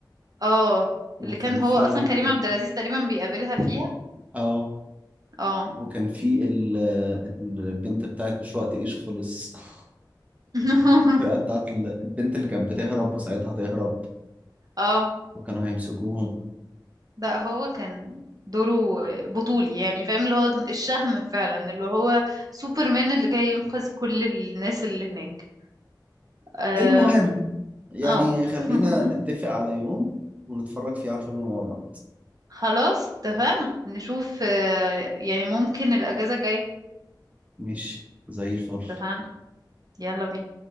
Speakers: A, on the right; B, on the right.
A: اه
B: وكان
A: اللي كان
B: في
A: هو اصلا كريم
B: ال...
A: عبد العزيز تقريبا بيقابلها فيها
B: اه
A: اه
B: وكان في ال... البنت بتاعت مش وقت ايش خلص <laughs>
A: <laughs>
B: بتاعت ال- البنت اللي كانت بتهرب وساعتها تهرب
A: اه
B: وكانوا هيمسكوهم
A: ده هو كان دوره بطولي يعني فاهم اللي هو الشهم فعلا اللي هو سوبرمان اللي جاي ينقذ كل الناس اللي هناك أم،
B: المهم يعني
A: اه
B: خلينا
A: <laughs>
B: نتفق على يوم ونتفرج فيه على الفيلم مع بعض
A: خلاص اتفقنا نشوف آه، يعني ممكن الأجازة الجاية
B: مش زي الفل
A: اتفقنا يلا بينا